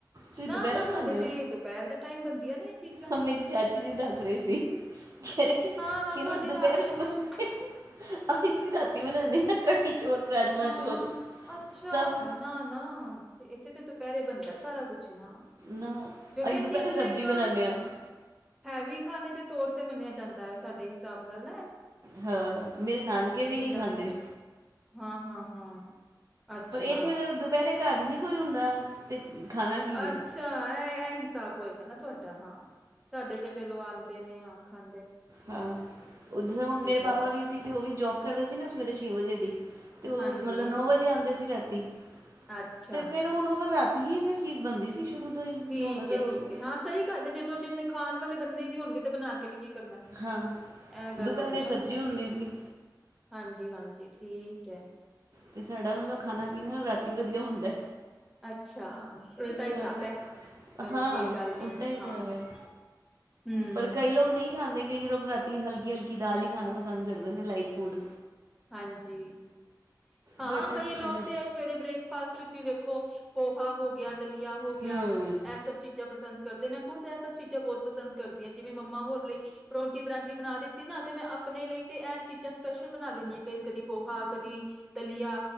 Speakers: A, on the right; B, in the centre.
A: ਤੁਸੀਂ
B: ਨਾ-ਨਾ
A: ਦੁਪਹਿਰੇ ਬਣਾਉਂਦੇ
B: ਸਾਡੇ ਤੇ ਦੁਪਹਿਰ ਦੇ ਟਾਈਮ ਬਣਦੀਆਂ ਨੀ ਇਹ ਚੀਜ਼ਾਂ
A: ਹੋ ਮੇਰੀ ਚਾਚੀ ਜੀ ਦੱਸ ਰਹੇ ਸੀ, ਕਹਿ ਰੇ
B: ਹਾਂ ਤੁਹਾਡੇ
A: ਦੁਪਹਿਰੇ
B: ਰਾਤ ਦੇ
A: ਬਣਦੇ
B: ਟਾਈਮ
A: ਅਸੀਂ ਰਾਤੀ ਬਣਾਉਦੇ ਹਾਂ ਕੜੀ ਚੋਲ ਰਾਜਮਾ
B: ਹਾਂ
A: ਚੋਲ
B: ਅੱਛਾ
A: ਸਭ
B: ਨਾ ਨਾ ਇਥੇ ਤੇ ਦੁਪਹਿਰੇ ਬਣਦਾ ਸਾਰਾ ਕੁਛ। ਅੱਛਾ
A: ਨਾ
B: ਕਿਉਂਕਿ ਅਸੀਂ
A: ਦੁਪਹਿਰੇ
B: ਇਹਨੂੰ ਇੱਕ
A: ਸਬਜ਼ੀ ਬਣਾਉਂਦੇ ਹਾਂ
B: ਹੈਵੀ ਖਾਨੇ ਦੇ ਤੌਰ ਤੇ ਮੰਨਿਆ ਜਾਂਦਾ ਹੈ ਸਾਡੇ ਹਿਸਾਬ ਨਾਲ ਨਾ ਏ।
A: ਹਾਂ ਮੇਰੇ ਨਾਨਕੇ ਵੀ ਨੀ
B: ਲੰਚ
A: ਖਾਂਦੇ।
B: ਹਾਂ ਹਾਂ ਹਾਂ। ਅੱਛਾ,
A: ਪਰ ਇੱਥੇ ਤਾਂ ਦੁਪਹਿਰੇ ਘਰ ਹੀ ਨੀ ਕੋਈ ਹੁੰਦਾ ਤੇ। ਖਾਣਾ ਕੀ ਵੇ
B: ਅੱਛਾ ਇਹ ਇਹਹੀ ਹਿਸਾਬ ਹੋਏਗਾ ਨਾ ਤੁਹਾਡਾ ਹਾਂ ਸਾਡੇ ਤੇ ਚਲੋ ਆਉਂ ਦੇ ਨੇ ਹਾਂ ਖਾਂ
A: ਹਾਂ ਉਧਰੋਂ ਮੇਰੇ ਪਾਪਾ
B: ਹੈ,
A: ਵੀ ਸੀ ਤੇ ਉਹ ਵੀ ਜੋਬ ਕਰਦੇ ਸੀ ਨਾ ਸਵੇਰੇ ਛੇ ਵਜੇ ਦੀ, ਤੇ ਉਹ
B: ਹਾਂਜੀ।
A: ਮਤਲਬ ਨੌ ਵਜੇ ਆਉਂਦੇ ਸੀ ਰਾਤੀ। <unintelligible>
B: ਅੱਛਾ,
A: ਤੇ ਫੇਰ ਹੁਣ ਉਹ ਰਾ ਕੀ ਫਿਰ ਚੀਜ਼ ਬਣਦੀ ਸੀ ਸ਼ੁਰੂ ਤੋਂ ਹੀ
B: ਠੀਕ
A: ਕਿ ਹੁਣ ਅਗਰ
B: ਏ,
A: ਉਹ
B: ਠੀਕ ਏ, ਹਾਂ ਸਹੀ ਗੱਲ ਹੈ, ਜਦੋਂ ਜਿੰਨ ਖਾਣ ਵਾਲੇ ਬੰਦੇ ਨੀ ਅਗੇ ਤੋ ਬਣਾ ਕੇ ਵੀ ਕੀ ਕਰਨਾ,
A: ਹਾਂ
B: ਇਹ ਗੱਲ
A: ਦੁਪਹਿਰੇ
B: ਹੋ ਗਈ ਨਾ
A: ਸਬਜ਼ੀ ਹੁੰਦੀ ਸੀ
B: ਹਾਂਜੀ, ਹਾਂਜੀ, ਠੀਕ। ਕਹਿ
A: ਤੇ ਸਾਡਾ ਮਤਲਬ ਖਾਣਾ ਪੀਣਾ ਰਾਤੀ ਵਧੀਆ ਹੁੰਦਾ।
B: ਅੱਛਾ, ਉਲਟਾ ਹਿਸਾਬ
A: ਹਾਂ
B: ਹੈ, ਚਲੋ
A: ਹਾਂ
B: ਕੋਈ ਗੱਲ ਨਹੀ
A: ਉਲਟਾ ਹੀ ਹਿਸਾਬ
B: ਹਾਂ ਹੂ।
A: ਹੈ ਪਰ ਕਈ ਲੋਕ ਨਹੀਂ ਖਾਂਦੇ ਕਈ ਲੋਕ ਰਾਤੀ ਹਲਕੀ- ਹਲਕੀ ਦਾਲ ਹੀ ਖਾਣਾ ਪਸੰਦ ਕਰਦੇ ਨੇ ਲਾਈਟ ਫੂਡ।
B: ਹਾਂਜੀ। ਹਾਂ
A: ਬਟ
B: ਕਈ
A: ਅਸੀਂ
B: ਲੋਕ
A: ਤਾਂ ਹੂੰ
B: ਤੇ ਏ ਸਵੇਰੇ ਬ੍ਰੇਕਫਾਸਟ ਵਿੱਚ ਵੀ ਵੇਖੋ ਪੋਹਾ ਹੋ ਗਿਆ ਦਲੀਆ ਹੋ ਗਿਆ,
A: ਹੂੰ
B: ਇਹ ਸਭ ਚੀਜ਼ਾਂ ਪਸੰਦ ਕਰਦੇ ਨੇ ਖੁਦ ਇਹ ਸਭ ਚੀਜ਼ਾਂ ਬਹੁਤ ਪਸੰਦ ਕਰਦੀਆਂ, ਜਿਵੇਂ ਮੰਮਾ ਹੋਰ ਲਈ ਪਰੌੋਂਠੀ- ਪਰਾਂਠੀ ਬਣਾ ਦੇ ਤੇਨਾ, ਤੇ ਮੈਂ ਆਪਣੇ ਲਈ ਤੇ ਇਹ ਚੀਜ਼ਾਂ ਸਪੈਸ਼ਲ ਬਣਾ ਲੈਦੀ ਆ। ਕਦੀ ਪੋਹਾ, ਕਦੀ ਦਲੀਆ